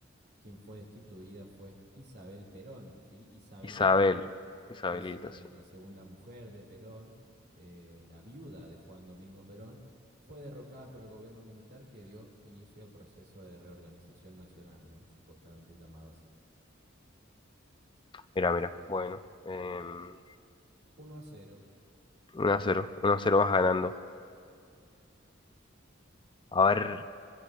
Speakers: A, on the right; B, on the left.
A: Quien fue destituida fue Isabel Perón, ¿sí? Isabelita
B: Isabel, Isabelita,
A: es eh,
B: sí.
A: la segunda mujer de Perón, eh, la viuda de Juan Domingo Perón, fue derrocada por el gobierno militar que dio inicio al proceso de reorganización nacional, ¿no? Supuestamente llamado así.
B: Mira, mira. Bueno, em,
A: Uno a cero.
B: uno a cero uno a cero vas ganando. A ver